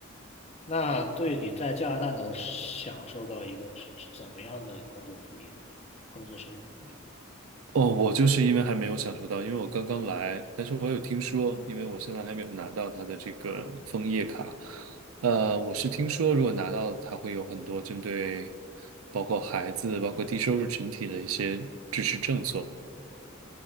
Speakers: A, on the left; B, on the right.
A: 那对你在加拿大能享受到一个怎么样的工作福利、工作生活福利？
B: 哦，我就是因为还没有享受到，因为我刚刚来，但是我有听说，因为我现在还没有拿到它的这个枫叶卡，呃，我是听说如果拿到，它会有很多针对包括孩子、包括低收入群体的一些支持政策。